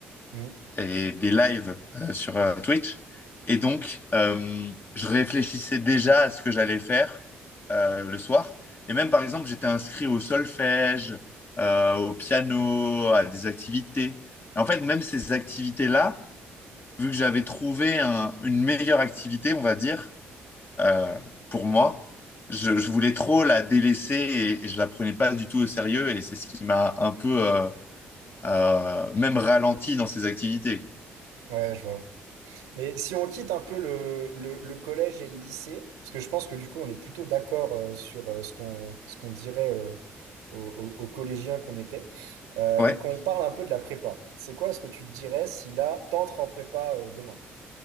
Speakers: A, on the right (about 75°); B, on the left (about 35°).
A: Mhm.
B: et des lives euh, sur euh, Twitch. Et donc, euh, je réfléchissais déjà à ce que j'allais faire euh, le soir. Et même, par exemple, j'étais inscrit au solfège, euh, au piano, à des activités. Et en fait, même ces activités-là, vu que j'avais trouvé un- une meilleure activité, on va dire, euh, pour moi, je, je voulais trop la délaisser et, et je la prenais pas du tout au sérieux. Et c'est ce qui m'a un peu euh, euh, même ralenti dans ces activités.
A: Ouais, je vois. Mais si on quitte un peu le, le- le collège et le lycée, parce que je pense que du coup on est plutôt d'accord euh, sur euh, ce qu'on ce qu'on dirait euh, aux, aux- aux collégiens qu'on était, euh,
B: Ouais,
A: et qu'on parle un peu de la prépa. C'est quoi ce que tu te dirais si là t'entres en prépa euh, demain?